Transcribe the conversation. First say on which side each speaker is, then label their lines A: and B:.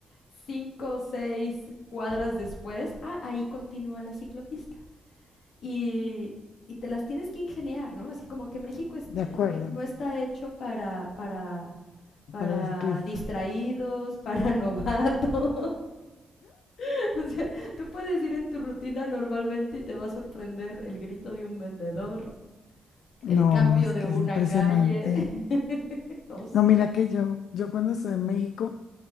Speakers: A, on the left; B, on the left.
A: cinco o seis cuadras después, ah, ahí continúa la ciclopista. Y, y te las tienes que ingeniar, ¿no? Así como que México es,
B: <laughs> de
A: eh,
B: acuerdo,
A: no, no está hecho para, para, para
B: para los ciclistas.
A: distraídos, para <laughs> novatos, <laughs> O sea, tú puedes ir en tu rutina normalmente y te va a sorprender el grito de un vendedor,
B: No,
A: el cambio
B: es
A: de
B: que
A: una
B: es impresionante.
A: calle. <laughs> No sí
B: No, mira que yo, yo cuando estuve en México,